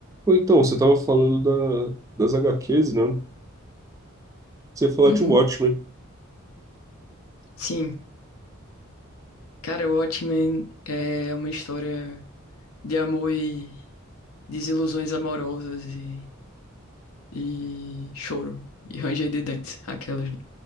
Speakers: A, on the right (about 15°); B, on the left (about 85°).
A: Ou então, você tava falando da, das HQs, né? Você ia falar
B: Uhum,
A: de Watchmen.
B: sim. Cara, o Watchmen é uma história de amor e desilusões amorosas e, e choro e ranger de dentes, aquelas. né?